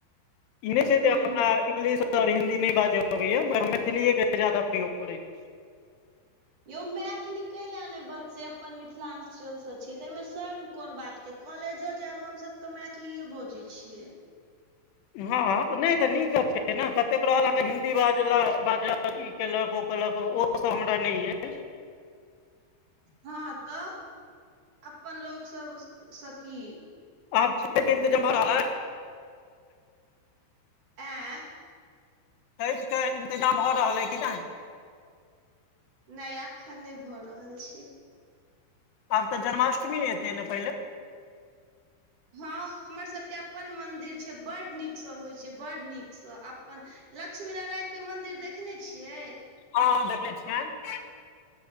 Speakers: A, on the left; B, on the right.
A: ई नै छै
B: हूँ
A: जे हमरा
B: हूँ
A: इंग्लिश आओर हिन्दी नहि बाज अबैया मगर मैथिलीए के जादा प्रयोग करै छी
B: यौ मैथिली कैले नै बजतै अपन मिथिलाञ्चल स छी तऽ एहिमे शर्म के कोन बात के कॉलेजो जायब हमसभ तऽ मैथिलीेए बजै छियै
A: हँ त नै तऽ नीक गप छै ने कतेक रहल अहाँके हिन्दी बाज लागत ई केलक ओ केलक ओ सब हमरा नै या
B: हँ तऽ अपन लोक सब सँ की
A: आब छैठ इन्तजाम भ रहल एय
B: आँय
A: छैठ के इन्तजाम भ रहल अइ कि नहि
B: नै अखन नै भऽ रहल छै
A: आब तऽ जन्माष्टमी एतै न पहिले
B: हँ हमर सभके अपन मन्दिर छै बड्ड नीकसँ होइ छै बड्ड नीकसँ अपन लक्ष्मी नारायण के मन्दिर देखने छियै
A: हँ-हँ देखै छियनि